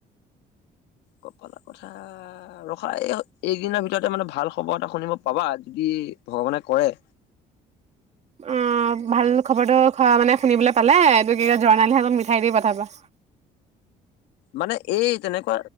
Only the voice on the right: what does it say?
অঁ ভাল খবৰটো খোৱা মানে শুনিবলৈ পালে, এইটো কি কয় জৰ্ণালীৰ হাতত মিঠাই দি পঠাবা।